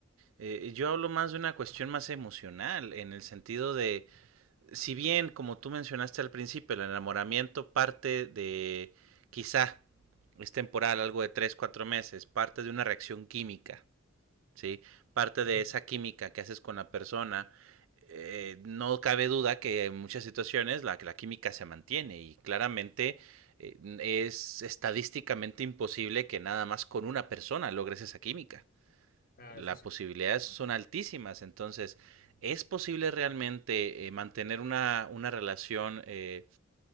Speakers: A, on the right (about 80°); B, on the left (about 45°).
A: eh, yo hablo más de una cuestión más emocional, en el sentido de, si bien, como tú mencionaste al principio, el enamoramiento parte de, quizá, es temporal, algo de tres, cuatro meses, parte de una reacción química, ¿sí? Parte
B: ujú,
A: de esa química que haces con la persona. Eh, no cabe duda que en muchas situaciones la, la química se mantiene y claramente eh, es estadísticamente imposible que nada más con una persona logres esa química
B: ah,
A: las
B: eso sí.
A: posibilidades son altísimas. Entonces, ¿es posible realmente eh, mantener una, una relación eh,